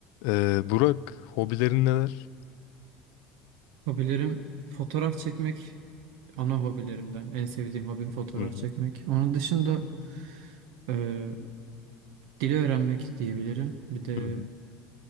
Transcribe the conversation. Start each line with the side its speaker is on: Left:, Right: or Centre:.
Left: Ee, Burak, hobilerin neler?
Right: Hobilerim fotoğraf çekmek ana hobilerimden. En sevdiğim hobim fotoğraf
Left: Hı hı.
Right: çekmek. Onun dışında e, dili öğrenmek diyebilirim. Bir de
Left: Hı hı.